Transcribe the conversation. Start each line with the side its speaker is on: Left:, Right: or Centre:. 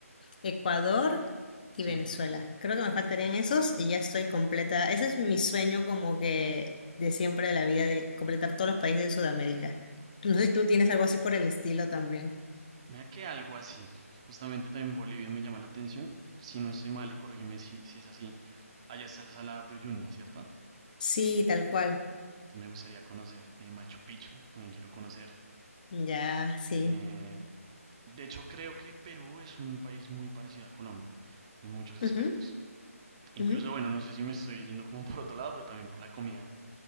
Left: Ecuador y
Right: sí.
Left: Venezuela. Creo que me faltarían esos y ya estoy completa. Ese es mi sueño como que de siempre de la vida, de completar todos los países de Sudamérica. No sé si tú tienes algo así por el estilo también.
Right: Mira que algo así, justamente también Bolivia me llama la atención, si no estoy mal y corrígeme si, si es así, allá está el Salar de Uyuni, ¿cierto? Entonces
Left: Sí, tal cual.
Right: me gustaría conocer eh, Machu Picchu, también quiero conocer.
Left: Ya, sí.
Right: eh, de hecho creo que Perú es un país muy parecido a Colombia en muchos aspectos.
Left: Ujú,
Right: Incluso,
Left: ujú,
Right: bueno, no sé si me estoy yendo como <laughs> por otro lado, pero también por la comida.